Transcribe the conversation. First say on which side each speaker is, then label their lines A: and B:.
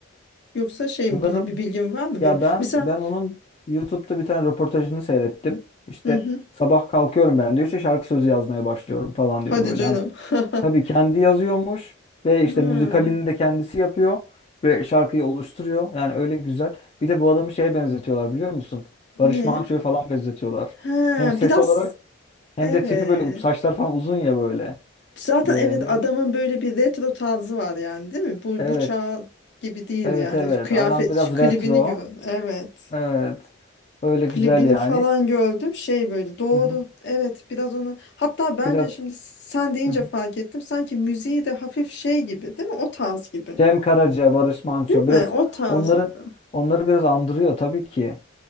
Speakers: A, on the left; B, on the left.
A: Yoksa şey
B: Sanırım
A: mi bil- bir bilgin var mı
B: Ya
A: böyle?
B: ben
A: Mesela
B: ben onun YouTube'da bir tane röportajını seyrettim. İşte
A: hı hı.
B: sabah kalkıyorum ben diyor işte şarkı sözü yazmaya başlıyorum falan
A: Hadi
B: diyor böyle.
A: canım.
B: Hani
A: <laughs>
B: tabii kendi yazıyormuş ve
A: Ha,
B: işte müzikalini de kendisi yapıyor ve şarkıyı oluşturuyor. Yani öyle güzel. Bir de bu adamı şeye benzetiyorlar biliyor musun? Barış
A: ne?
B: Manço'ya falan benzetiyorlar.
A: Ha,
B: Hem ses
A: biraz
B: olarak hem
A: evet.
B: de tipi böyle saçlar falan uzun ya böyle.
A: Zaten
B: Ve
A: evet
B: biraz
A: adamın böyle bir retro tarzı var yani değil mi? Bu
B: evet
A: bu çağ gibi değil
B: evet
A: yani.
B: evet
A: Şu Kıyafet
B: adam biraz
A: şu klibini
B: retro.
A: gör. Evet.
B: Evet. Öyle
A: Klibini
B: güzel yani.
A: falan gördüm. Şey böyle doğru.
B: Hı hı.
A: Evet biraz onu. Hatta bence
B: Biraz
A: şimdi sen deyince
B: Hı hı.
A: fark ettim. Sanki müziği de hafif şey gibi değil mi? O tarz gibi.
B: Cem Karaca, Barış Manço
A: Değil
B: biraz
A: mi? O tarz
B: onları
A: gibi.
B: onları biraz andırıyor tabii ki.